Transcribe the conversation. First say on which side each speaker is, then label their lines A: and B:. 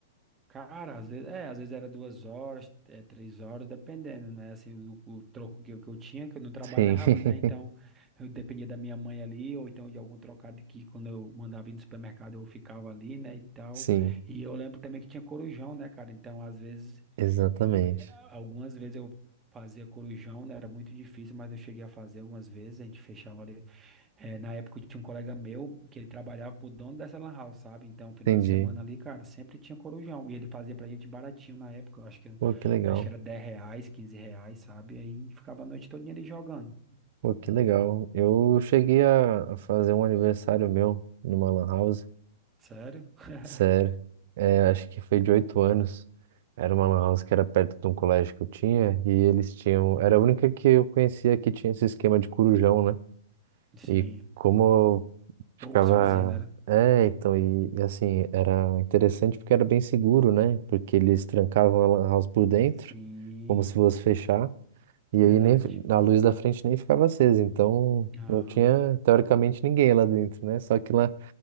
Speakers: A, on the right (about 20°); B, on the right (about 60°).
A: Cara, às vezes, é, às vezes era duas horas, é, três horas, dependendo, né? Assim, o, o troco que eu, que eu tinha, que eu não trabalhava,
B: Sim. <laughs>
A: né? Então, eu dependia da minha mãe ali, ou então de algum trocado que quando eu mandava ir no supermercado eu ficava ali, né? E tal.
B: Sim,
A: E eu lembro também que tinha corujão, né, cara? Então, às vezes,
B: exatamente.
A: eu, eh, algumas vezes eu fazia corujão, né? Era muito difícil, mas eu cheguei a fazer algumas vezes. A gente fechava ali é, na época eu tinha um colega meu que ele trabalhava pro dono dessa lan house, sabe? Então, final
B: Entendi.
A: de semana ali, cara, sempre tinha corujão. E ele fazia pra gente baratinho na época, eu acho que,
B: Pô, que legal.
A: acho que era 10 reais, quinze reais, sabe? Aí ficava a noite toda ali jogando.
B: Pô, que legal. Eu cheguei a a fazer um aniversário meu numa lan house.
A: Sério? <laughs>
B: Sério. É, acho que foi de oito anos. Era uma lan house que era perto de um colégio que eu tinha e eles tinham. Era a única que eu conhecia que tinha esse esquema de corujão, né?
A: Sim,
B: E como Ficava.
A: poucos faziam, né? era?
B: É, então, e, e assim, era interessante porque era bem seguro, né? Porque eles trancavam a lan house por dentro,
A: Sim,
B: como se fosse fechar, e aí
A: verdade.
B: nem a luz da frente nem ficava acesa, então
A: Aham.
B: não tinha teoricamente ninguém lá dentro, né? Só que lá,